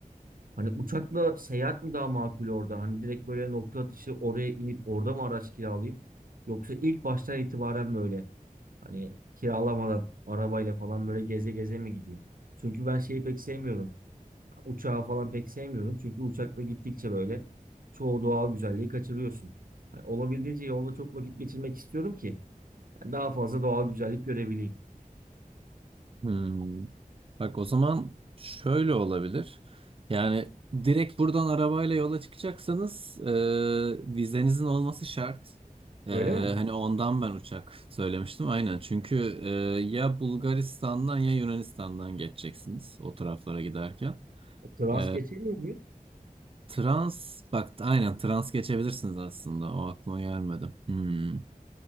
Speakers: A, on the right; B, on the right.
A: Hani uçakla seyahat mi daha makul orada? Hani direkt böyle nokta atışı oraya inip orada mı araç kiralayıp? Yoksa ilk baştan itibaren böyle Hani kiralamadan arabayla falan böyle geze geze mi gideyim? Çünkü ben şeyi pek sevmiyorum. Uçağı falan pek sevmiyorum. Çünkü uçakla gittikçe böyle çoğu doğal güzelliği kaçırıyorsun. Hani olabildiğince yolda çok vakit geçirmek istiyorum ki yani daha fazla doğal güzellik görebileyim.
B: Hmm. Bak o zaman şöyle olabilir. Yani direkt buradan arabayla yola çıkacaksanız e, vizenizin olması şart. E,
A: Öyle mi?
B: hani ondan ben uçak söylemiştim aynen. Çünkü e, ya Bulgaristan'dan ya Yunanistan'dan geçeceksiniz o taraflara giderken.
A: E, Trans
B: E,
A: geçemiyor muyuz?
B: trans bak aynen trans geçebilirsiniz aslında. O aklıma gelmedi. Hmm.